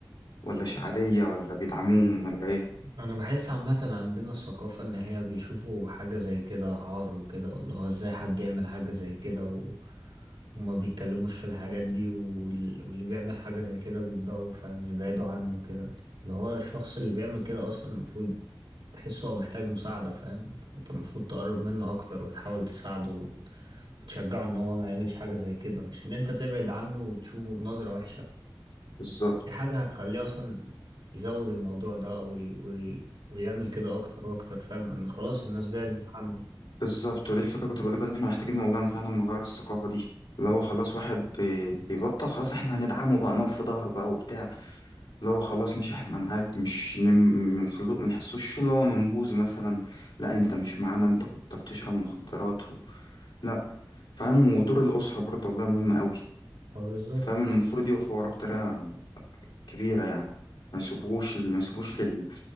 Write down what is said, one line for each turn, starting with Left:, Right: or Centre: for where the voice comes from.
Left: ولا ش- عادية ولا بيدعموهم ولا ايه
Right: انا بحس عامة عندنا الثقافة ان هي بيشوفوا حاجة زي كده عار وكده واللي هو ازاي حد يعمل حاجة زي كده و... وما بيتكلموش في الحاجات دي وال... واللي بيعمل حاجة زي كده بيتضايقوا فاهم يبعدوا عنه وكده اللي هو الشخص اللي بيعمل كده اصلا المفروض تحسه هو محتاج مساعدة فاهم انت المفروض تقرب منه اكتر وتحاول تساعده وت... وتشجعه ان هو ما يعملش حاجة زي كده مش ان انت تبعد عنه وتشوفه بنظرة وحشة
Left: بالظبط
Right: دي حاجة هتخليه أصلا يزود الموضوع ده وي... وي... ويعمل كده أكتر وأكتر فاهم إن خلاص الناس بعدت عنه
Left: بالظبط ودي الفكرة كنت بقولك اللي احنا محتاجين والله فعلا نغير الثقافة دي اللي
Right: مم.
Left: هو خلاص واحد بي- بيبطل خلاص احنا هندعمه بقى نقف في ظهره بقى وبتاع اللي هو خلاص مش احنا معاك مش نم- منخلو منحسوش اللي هو منبوذ مثلا لا انت مش معانا انت كنت بتشرب مخدرات و... لا فاهم ودور الأسرة برضه والله مهم قوي
Right: اه بالظبط
Left: فاهم المفروض يقفوا وراه بطريقة كبيرة يعني ما يسيبوهوش ما يسيبوش لل...